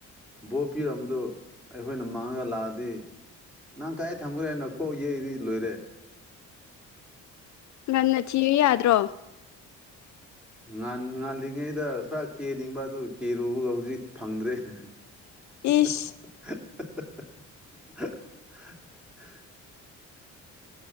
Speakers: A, in the centre; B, on the left.
A: ꯕꯣ ꯄꯤꯔꯝꯕꯗꯨ ꯑꯩꯈꯣꯏꯅ ꯃꯥꯡꯉꯒ ꯂꯥꯛꯑꯗꯤ ꯅꯪ ꯀꯥꯏ ꯊꯝꯈ꯭ꯔꯦ ꯍꯥꯏꯅꯣ ꯀꯣꯛ ꯌꯩꯔꯗꯤ ꯂꯣꯏꯔꯦ
B: ꯉꯟꯅ ꯊꯤꯌꯨ ꯌꯥꯗ꯭ꯔꯣ
A: ꯉꯥꯟ ꯉꯥꯜꯂꯤꯉꯩꯗ ꯈꯔ ꯀꯦꯅꯤꯡꯕ ꯑꯗꯨ ꯀꯦꯔꯨꯕꯒ ꯍꯧꯖꯤꯛ ꯐꯪꯗ꯭ꯔꯦ <inaudible>
B: ꯏꯁ